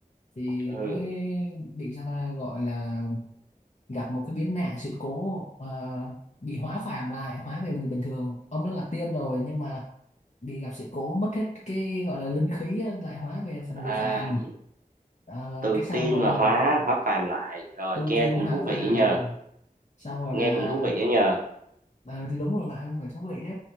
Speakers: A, on the left; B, on the right.
A: thì
B: ừ
A: mới bị sao ta gọi là gặp một cái biến nạn sự cố ờ, bị hóa phàm lại hóa về người bình thường ông đó là tiên rồi nhưng mà bị gặp sự cố mất hết cái gọi là linh khí á, lại hóa về thành người
B: à
A: phàm Ờ,
B: từ
A: cái xong
B: tiên
A: rồi
B: mà hóa hóa phàm lại rồi
A: tu
B: nghe
A: tiên
B: cũng
A: hóa
B: thú
A: phàm
B: vị nhờ
A: xong rồi
B: nghe
A: là
B: cũng thú vị đó nhờ
A: Ờ, thì đúng rồi bạn phải thú vị chứ